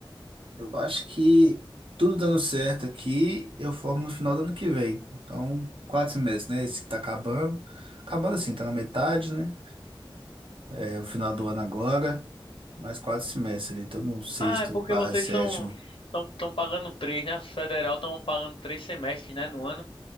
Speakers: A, on the right (about 75°); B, on the left (about 80°).
A: eu acho que tudo dando certo aqui, eu formo no final do ano que vem. Então, quatro semestres, né? Esse que tá acabando. Acabando assim, tá na metade, né? É o final do ano agora. Mais quatro semestres ali, tô no sexto
B: Ah, é porque
A: barra
B: vocês
A: sétimo.
B: são tão, tão pagando três, né? As federal estão pagando três semestres, né, no ano,